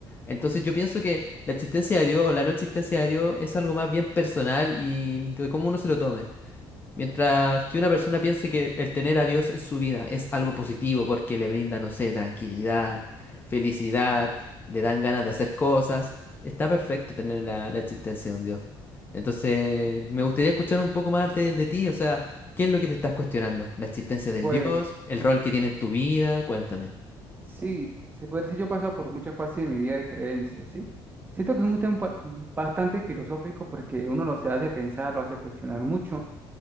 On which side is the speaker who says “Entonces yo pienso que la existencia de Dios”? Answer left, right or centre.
Left